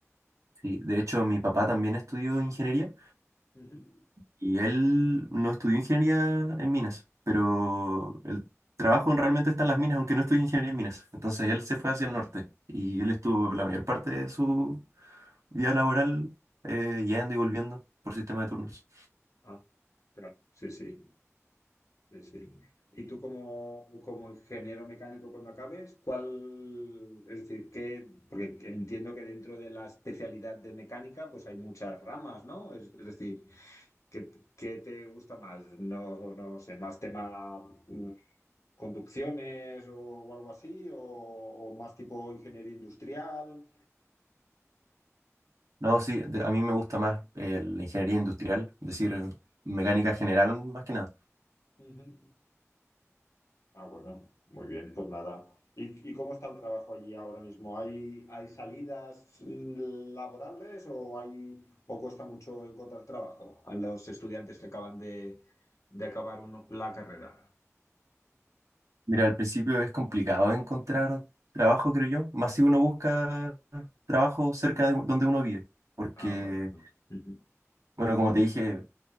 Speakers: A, on the right (about 75°); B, on the left (about 75°).
A: Sí, de hecho, mi papá también estudió ingeniería
B: Ujú.
A: y él no estudió ingeniería en minas, pero el trabajo realmente está en las minas, aunque no estudió ingeniería en minas. Entonces él se fue hacia el norte y él estuvo la mayor parte de su Vía laboral, eh, yendo y volviendo por sistema de turnos.
B: Ah, claro, sí, sí, sí, sí. Y tú como, como ingeniero mecánico cuando acabes, ¿cuál, es decir, qué, porque entiendo que dentro de la especialidad de mecánica, pues hay muchas ramas, ¿no? Es, es decir, ¿qué, qué te gusta más? No, no sé, más tema conducciones o, o algo así, o, o más tipo ingeniería industrial.
A: No, sí, de- a mí me gusta más eh, la ingeniería industrial, es decir, eh, mecánica general más que nada.
B: Ujú. Ah, bueno, muy bien, pues nada. ¿Y, y cómo está el trabajo allí ahora mismo? ¿Hay, hay salidas mm, laborales o hay o cuesta mucho encontrar trabajo a los estudiantes que acaban de, de acabar uno- la carrera?
A: Mira, al principio es complicado encontrar trabajo, creo yo, más si uno busca trabajo cerca de donde uno vive, porque,
B: Ah, bueno. sí. Ujú.
A: bueno, como te dije,